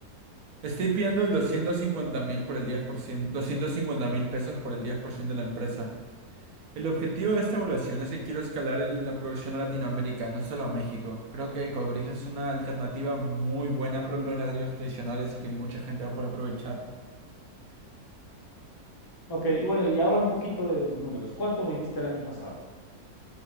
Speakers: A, on the right (about 70°); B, on the left (about 20°).
A: Estoy pidiendo el doscientos cincuenta mil por el diez por ciento, doscientos cincuenta mil pesos por el 10% de la empresa. El objetivo de esta evaluación es que quiero escalar el- la producción a Latinoamérica, no solo a México. Creo que Ecobricks es una alternativa muy buena para los ladrillos tradicionales y que mucha gente va a poder aprovechar.
B: Ok, y bueno, y ahora un poquito de tus números. ¿Cuánto vendiste el año pasado?